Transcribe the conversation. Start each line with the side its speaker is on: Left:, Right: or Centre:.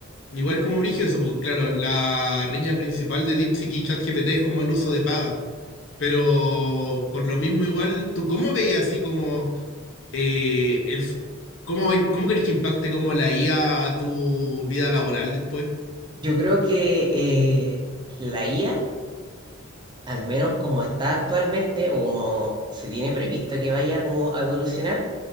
Left: Igual es como brígido eso, porque claro, la riña principal de DeepSeek y ChatGPT es como el uso de pagas Pero por lo mismo igual, ¿tú cómo veías así como eh, el f- cómo, va- cómo crees que impacte como la IA a a tu vida laboral después?
Right: Yo creo que eh, la IA, al menos como está actualmente, o como se tiene previsto que vaya como a evolucionar,